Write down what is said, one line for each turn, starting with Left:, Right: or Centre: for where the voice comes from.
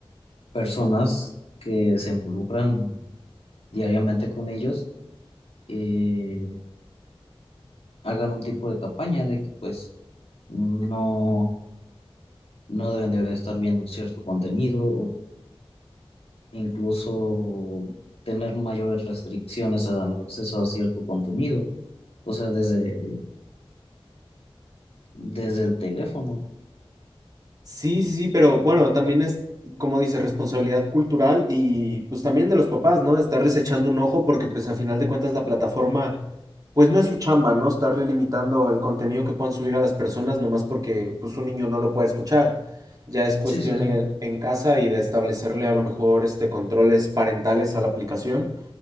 Left: personas que se involucran diariamente con ellos, eh, hagan un tipo de campaña de que pues no, no deben de estar viendo cierto contenido incluso tener mayores restricciones al acceso a cierto contenido, o sea, desde, desde el teléfono.
Right: Sí, sí, sí, pero bueno, también es, como dice, responsabilidad cultural y pues también de los papás, ¿no? Estarles echando un ojo porque pues a final de cuentas la plataforma, pues no es su chamba, ¿no? Estarle limitando el contenido que puedan subir a las personas nomás porque pues un niño no lo puede escuchar. Ya es cuestión
Left: Sí, sí, sí.
Right: en, en casa y de establecerle a lo mejor este controles parentales a la aplicación